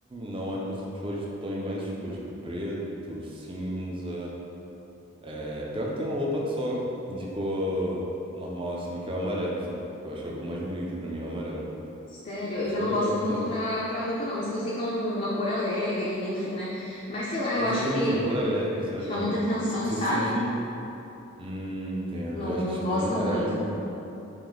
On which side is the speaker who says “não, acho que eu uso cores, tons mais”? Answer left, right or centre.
Right